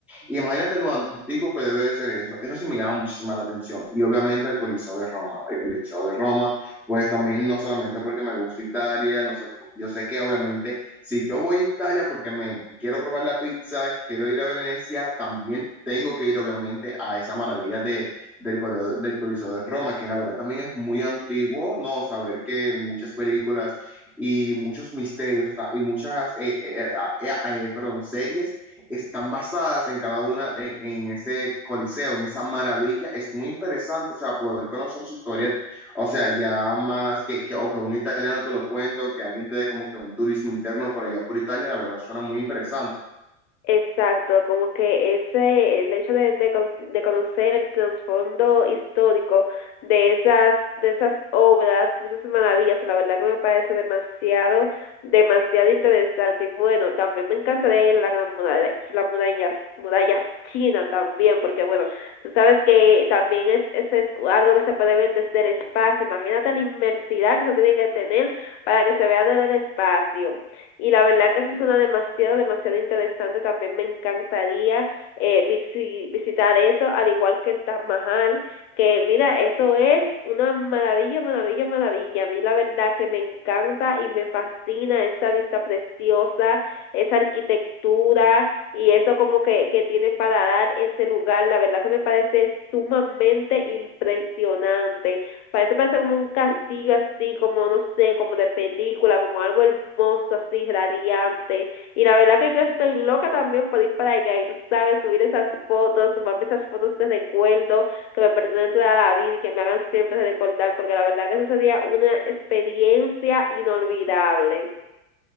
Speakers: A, in the centre; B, on the left.
A: Y imagínate lo antiguo que debe de ser eso. Eso sí me llama muchísima la atención. Y obviamente el Coliseo de Roma. El Coliseo de Roma, pues también no solamente porque me gusta Italia, no sé, pues, yo sé que obviamente si yo voy a Italia porque me quiero probar la pizza, quiero ir a Venecia, también tengo que ir obviamente a esa maravilla de, del, Coliseo, del Coliseo de Roma, que la verdad también es muy antiguo, ¿no? Saber que muchas películas y muchos misterios o sea, y muchas, eh, eh, eh, eh, eh, perdón, series están basadas en cada una, en, en, ese coliseo, en esa maravilla. Es muy interesante, o sea, poder conocer su historia, o sea, ya más que, que, o que un italiano te lo cuente, o que alguien te dé como que un turismo interno por allá por Italia, la verdad suena muy interesante.
B: Exacto, como que ese, el hecho de, de, con- de conocer el trasfondo histórico de esas, de esas obras, de esas maravillas, la verdad que me parece demasiado, demasiado interesante. Y bueno, también me encantaría ir a la gran muralla, la muralla, muralla china también, porque bueno, tú sabes que también es, ese es algo que se puede ver desde el espacio. Imagínate la inmersidad que se tiene que tener para que se vea desde el espacio y la verdad que eso suena demasiado, demasiado interesante. También me encantaría eh, visi visitar eso, al igual que el Taj Mahal, que mira, eso es una maravilla, maravilla, maravilla. A mí la verdad que me encanta y me fascina esa vista preciosa, esa arquitectura y eso como que, que tiene para dar ese lugar. La verdad que me parece sumamente impresionante. Parece, parece como un castigo así, como no sé, como de película, como algo hermoso así, radiante. Y la verdad que yo estoy loca también por ir para allá y tú sabes, subir esas fotos, tomarme esas fotos de recuerdo que me pertenecen toda la vida y que me hagan siempre recordar, porque la verdad que eso sería una experiencia inolvidable.